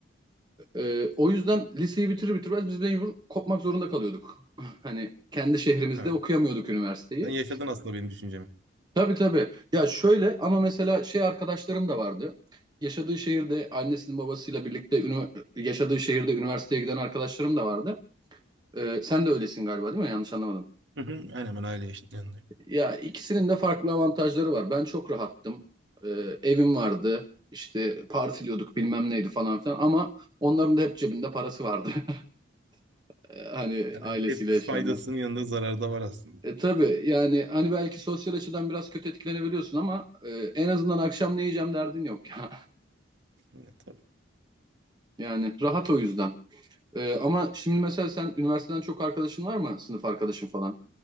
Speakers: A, on the right (about 20°); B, on the right (about 65°).
A: Ee, o yüzden liseyi bitirir bitirmez biz mecbur kopmak zorunda kalıyorduk. <laughs> Hani kendi şehrimizde
B: Ha.
A: okuyamıyorduk üniversiteyi.
B: Sen yaşadın aslında benim düşüncemi.
A: Tabii tabii. Ya şöyle ama mesela şey arkadaşlarım da vardı. Yaşadığı şehirde annesinin babasıyla birlikte ünü- yaşadığı şehirde üniversiteye giden arkadaşlarım da vardı. Ee, sen de öylesin galiba değil mi? Yanlış anlamadım.
B: Hı hı. Aynen ben aile yaşadığım
A: Ya ikisinin de farklı avantajları var. Ben çok rahattım. Ee, evim vardı. İşte partiliyorduk bilmem neydi falan filan ama onların da hep cebinde parası vardı. <laughs> Ee, hani
B: Yani
A: ailesiyle
B: <laughs> Hep faydasının
A: yaşayanlar.
B: yanında zararı da var aslında.
A: E tabii yani hani belki sosyal açıdan biraz kötü etkilenebiliyorsun ama e, en azından akşam ne yiyeceğim derdin yok. <laughs>
B: Ya, tabii.
A: Yani rahat o yüzden. Ee, ama şimdi mesela sen üniversiteden çok arkadaşın var mı? Sınıf arkadaşın falan.